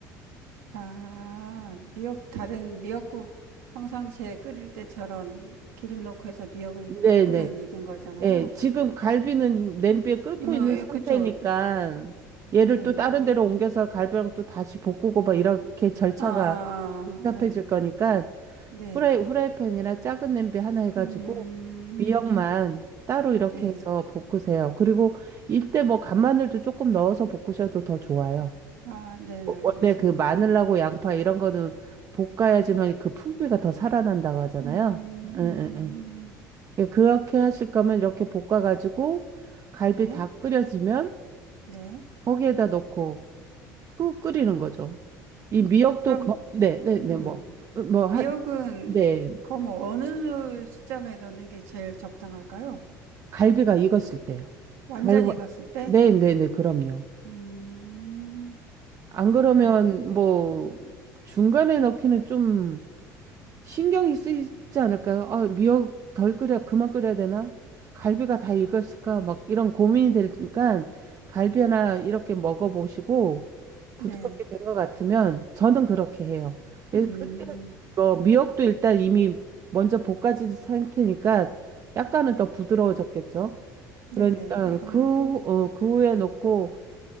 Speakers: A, on the right; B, on the right.
A: 아, 미역, 다른 미역국 평상시에 끓일 때처럼 미, 기름 넣고 해서 미역을 이렇게
B: 네네.
A: 못 끓이는 얘기인 거잖아요.
B: 예, 지금 갈비는 냄비에 끓고
A: 이모,
B: 있는
A: 예,
B: 상태니까
A: 그쵸.
B: 얘를
A: 네.
B: 또 다른 데로 옮겨서 갈비랑 또 다시 볶고 막 이렇게 절차가
A: 아, 아, 아,
B: 복잡해질
A: 아, 네,
B: 거니까
A: 네.
B: 후라이, 후라이팬이나 작은 냄비 하나 해가지고
A: 음,
B: 미역만 따로 이렇게
A: 네.
B: 해서 볶으세요. 그리고 이때 뭐 간마늘도 조금 넣어서 볶으셔도 더 좋아요.
A: 아, 네네,
B: 어,
A: 알겠어요.
B: 원래 그 마늘하고
A: 그,
B: 양파 이런 거는 볶아야지만 그 풍미가 더 살아난다고 하잖아요.
A: 음,
B: 응, 응,
A: 음,
B: 응. 예, 그렇게 하실 거면 이렇게 볶아가지고 갈비
A: 네,
B: 다 끓여지면
A: 네.
B: 거기에다 넣고 푹 끓이는 거죠. 이 미역도
A: 그럼,
B: 거, 네, 네, 네,
A: 음,
B: 뭐, 뭐, 한,
A: 미역은,
B: 네.
A: 그럼 어느 시점에 넣는 게 제일 적당할까요?
B: 갈비가 익었을 때요.
A: 완전히
B: 갈비가
A: 익었을 때?
B: 네, 네, 네, 그럼요.
A: 음,
B: 안 그러면
A: 완,
B: 뭐 중간에 넣기는 좀 신경이 쓰이지 않을까요? 아, 미역 덜 끓여, 그만 끓여야 되나? 갈비가 다 익었을까? 막 이런 고민이 되니까 갈비 하나 이렇게 먹어보시고 부드럽게
A: 네.
B: 된 것 같으면 저는 그렇게 해요. 그래서
A: 음,
B: 그때 어, 미역도 일단 이미 먼저 볶아진 상태니까 약간은 더 부드러워졌겠죠?
A: 네네.
B: 그러니까
A: 그
B: 그,
A: 아무래도,
B: 후- 어, 그 후에 넣고